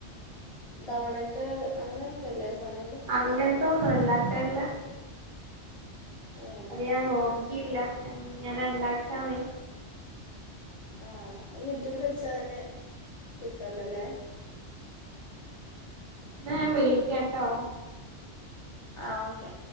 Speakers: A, on the left (about 30°); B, on the right (about 50°).
A: ഡോണട്ട് അങ്ങനെയൊക്കെല്ലേ സാധനങ്ങള്
B: അങ്ങനത്തൊന്നും ഉണ്ടാക്കലല്ലാ
A: ഏ
B: അത് ഞാൻ നോക്കിയില്ല ഏങ്ങനെ ഉണ്ടാക്കാനേ
A: ആഹ് യൂട്യൂബിൽ അടിച്ചാ തന്നെ കിട്ടുവല്ലേ അല്ലെ
B: എന്നാ ഞാൻ വിളിക്കാട്ടോ
A: ആഹ് ഓക്കെ